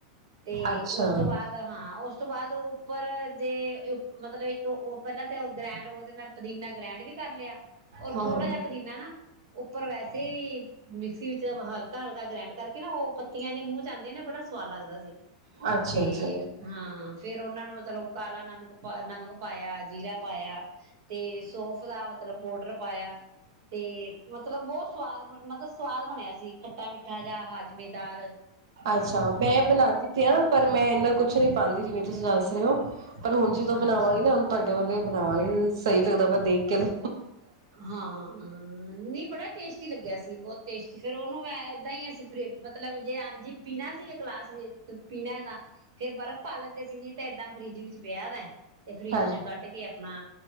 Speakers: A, on the right; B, on the right.
A: ਤੇ
B: ਅੱਛਾ
A: ਔਸ ਤੋਂ ਬਾਅਦ, ਹਾਂ, ਔਸ ਬਾਦ ਉੱਪਰ ਜੇ ਉ ਮਤਲਬ ਇੱਕ ਓਹ ਪੈਲਾ ਤੇ ਗ੍ਰੈਂਡ ਓਹਦੇ ਨਾਲ ਪੁਦੀਨਾ ਗ੍ਰੈਂਡ ਵੀ ਕਰ ਲਿਆ। ਔਰ
B: ਹੂੰ
A: ਥੋੜਾ
B: ਹੂੰ
A: ਜਾ ਪਦੀਨਾ ਨਾ ਉੱਪਰ ਵੈਸੇ ਈ ਮਿਕਸੀ ਵਿੱਚ ਹਲਕਾ ਹਲਕਾ ਗ੍ਰੈਂਡ ਕਰਕੇ ਨਾ ਔਹ ਪੱਤੀਆਂ ਜੇ ਮੂੰਹ ਚ ਆਉਂਦੀਐ ਨਾ ਬੜਾ ਸਵਾਦ ਲੱਗਦਾ ਸੀ।
B: ਅੱਛਾ
A: ਤੇ
B: ਅੱਛਾ
A: ਹਾਂ। ਫਿਰ ਓਹਨਾਂ ਨੂੰ, ਮਤਲਬ ਕਾਲਾ ਨਮਕ ਪਾ, ਨਮਕ ਪਾਇਆ, ਜੀਰਾ ਪਾਇਆ ਤੇ ਸੋਫ ਦਾ ਮਤਲਬ ਪੋਡਰ ਪਾਇਆ, ਤੇ ਮਤਲਬ ਬਹੁਤ ਸਵਾਦ ਬਣ ਮਤਲਬ ਸਵਾਦ ਬਣਿਆ ਸੀ ਖੱਟਾ ਮਿੱਠਾ ਜਾਂ ਹਾਜ਼ਮੇਦਾਰ।
B: ਅੱਛਾ, ਮੈਂ ਬਣਾ ਦੀ ਤੇ ਆਂ ਪਰ ਮੈਂ ਇਨਾ ਕੁੱਛ ਨ੍ਹੀਂ ਪਾਂਦੀ, ਜਿਵੇਂ ਤੁਸੀਂ ਦੱਸ ਰੇ ਹੋ। ਪਰ ਹੁਣ ਜਿਦੋਂ ਬਣਾਵਾਂਗੀ
A: ਅੱਛਾ
B: ਨਾ ਹੁਣ ਤੁਹਾਡੇ ਵਰਗੇ ਬਣਾਵਾਂਗੇ। ਸਹੀ ਲੱਗਦਾ ਪਿਐ, ਦੇਖ ਕੇ ਤੇ
A: ਹਾਂ ਹਮਮ, ਨਹੀਂ ਬੜਾ ਟੇਸਟੀ ਲੱਗਿਆ ਸੀ ਬਹੁਤ ਟੇਸ ਤੇ ਫੇਰ ਉਹਨੂੰ ਮੈਂ ਏਦਾਂ ਈ ਅਸੀਂ ਫਰੀ, ਮਤਲਬ ਜੇ ਅੱਜ ਈ ਪੀਣਾ ਸੀ, ਗਲਾਸ ਚ ਪੀਣੈ ਨਾ ਫੇਰ ਬਰਫ਼ ਪਾ ਲੈਂਦੇ ਸੀ। ਨ੍ਹੀਂ ਤੇ ਏਦਾਂ ਫਰਿੱਜ ਵਿੱਚ ਪਿਆ ਵੈ। ਤੇ ਫਰਿੱਜ
B: ਹਾਂਜੀ
A: ਚ ਕੱਢ ਕੇ ਆਪਣਾ